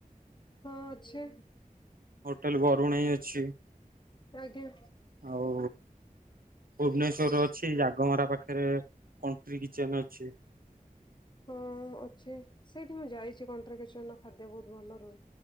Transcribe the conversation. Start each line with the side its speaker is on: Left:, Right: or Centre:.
Left: ହଁ ଅଛି
Right: ହୋଟେଲ ବରୁଣେଇ ଅଛି।
Left: ଆଜ୍ଞା।
Right: ଆଉ ଭୁବନେଶ୍ଵର ଛି ଜାଗମରା ପାଖରେ କଣ୍ଟ୍ରି କିଚେନ ଅଛି।
Left: ହଁ ଅଛି ସେଇଠି ମୁଁ ଯାଇଛି କଣ୍ଟ୍ରି କିଚନ ଖାଦ୍ୟ ବହୁତ ଭଲ ରୁହେ।